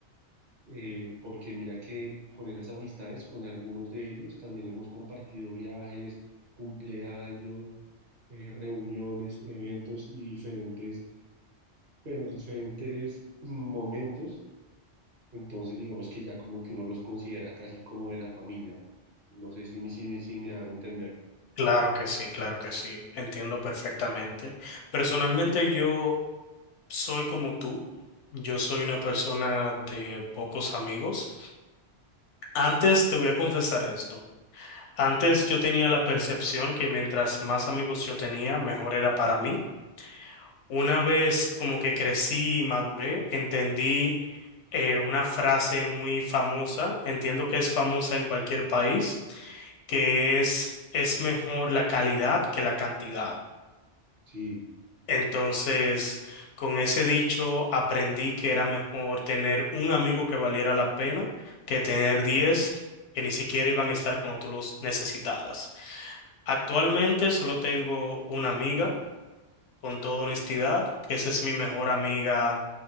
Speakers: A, on the right (about 50°); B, on the left (about 85°).
A: Eh, porque mira que con esas amistades, con algunos de ellos, también hemos compartido viajes, cumpleaños, eh, reuniones, eventos y diferentes, pero diferentes mm, momentos. Entonces, digamos que ya como que uno los considera casi como de la familia. No sé si, me- si, me- si me hago entender.
B: claro que sí, claro que sí. Entiendo perfectamente. Personalmente yo soy como tú. Yo soy una persona de pocos amigos. Antes te voy a confesar esto. Antes yo tenía la percepción que mientras más amigos yo tenía, mejor era para mí. Una vez como que crecí y maduré, entendí eh, una frase muy famosa, entiendo que es famosa en cualquier país, que es es mejor la calidad que la cantidad.
A: Sí.
B: Entonces, con ese dicho aprendí que era mejor tener un amigo que valiera la pena que tener 10 que ni siquiera iban a estar cuando tú los necesitaras. Actualmente solo tengo una amiga, con toda honestidad, que esa es mi mejor amiga.